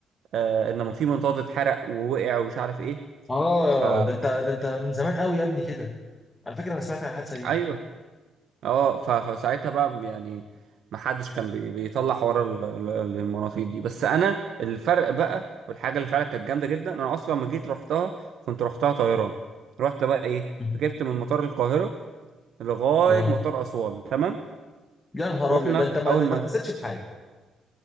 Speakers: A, on the right; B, on the left.
A: آه ان في منطاد اتحرق ووقع ومش عارف ايه
B: اه
A: ف
B: ده انت ده انت من زمان قوي يا ابني كده على فكرة انا سمعت عن الحادثة دي
A: ايوه اه ف- فساعتها بقى يعني ما حدش كان بي- بيطلع حوار ال- ال- ال- المناطيد دي بس انا الفرق بقى والحاجه اللي فعلا كانت جامده جدا انا اصلا لما جيت رحتها كنت رحتها طيران رحت بقى ايه
B: مم.
A: ركبت من مطار القاهره لغايه
B: اه
A: مطار اسوان تمام
B: يا نهار
A: رحنا
B: ابيض ده انت ما
A: اول
B: ده انت
A: ما
B: ما حسيتش بحاجة